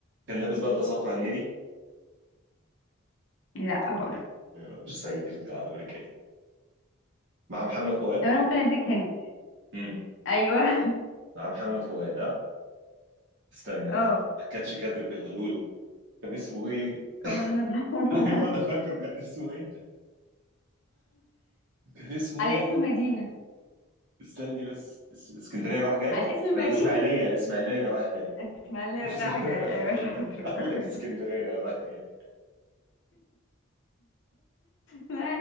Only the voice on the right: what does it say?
كان لابس بدله صفرا هنيدي
يبقى مش صعيدي في الجامعه الامريكيه مع محمد فؤاد
امم
مع محمد فؤاد ها استني
انا عارف. كاتش كادر في القالولو كان اسمه ايه
<laughs> ايوه انا فاكره كان اسمه ايه كان
اسمه
ايه
استني بس اس- اسكندريه رايح جاي
ولا
اسماعيليه اسماعيليه رايح جاي
<laughs> اسماعيليه
بقول
قال
لك اسكندريه رايح جاي